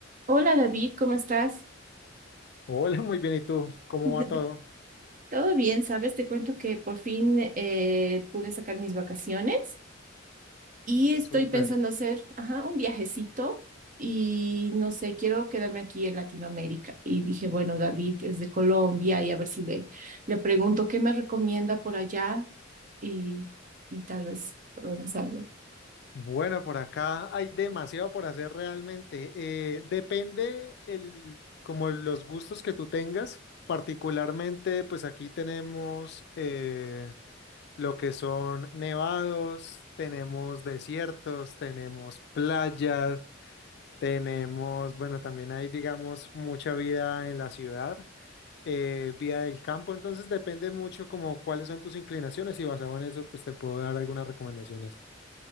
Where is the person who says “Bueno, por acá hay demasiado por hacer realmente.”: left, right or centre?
Left